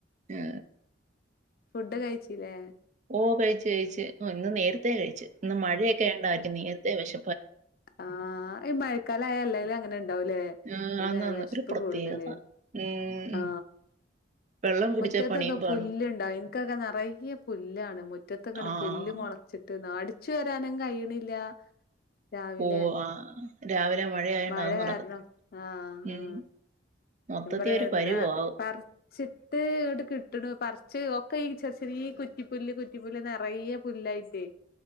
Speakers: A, on the right; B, on the left.
A: ആ
B: ഫുഡ് കഴിച്ചില്ലേ
A: ഓ കഴിച്ചു കഴിച്ചു ഓ ഇന്ന് നേരത്തെ കഴിച്ചു ഇന്ന് മഴയൊക്കെയായൊ ണ്ടായിരിക്കും നേരത്തെ വെശ
B: ആ ഈ മഴക്കാലായ എല്ലാരും അങ്ങനെ തന്നെ യാവൂലേ
A: ആഹ്
B: പിന്നെ
A: ആന്നാന്ന്
B: വെശപ്പും
A: ഒരു പ്രത്യേകത
B: കൂടുതല്
A: ഉം
B: ആ
A: വെള്ളം കുടിച്ചാ
B: മുറ്റത്തൊക്കെ
A: പണിയും പാളും
B: പുല്ലണ്ടാവും എനിക്കൊക്കെ നെറയെ പുല്ലാണ് മു റ്റത്ത് ങ്ങനെപുല്ല്
A: ആഹ്
B: മുളച്ചിട്ട് അടിച്ചു വരാനും കഴിയണില്ല രാവിലെ
A: ഓ ആഹ് രാവിലെ മഴയായോണ്ട്
B: മഴ
A: അത് നടക്കത്തില്ല
B: കാരണം ആ
A: ഉം
B: ആ
A: മൊത്തത്തി
B: എന്താറയാ
A: ഒരു
B: എന്താപറിച്ചിട്ട്
A: പരുവാവും
B: ഇട്ട് കിട്ടണ് പറച്ച് ഒക്കെ ചെറിയ ചെറിയ ഈ കുറ്റിപ്പുല്ല് കുറ്റിപ്പുല്ല് നെറയെ പുല്ലായിട്ടേ